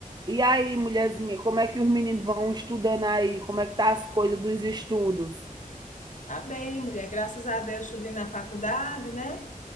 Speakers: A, on the right; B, on the left.
A: E aí, mulherzinha, como é que os meninos vão estudando aí? Como é que tá as coisas dos estudos?
B: Tá bem, mulher. Graças a Deus, tudo indo na faculdade, né?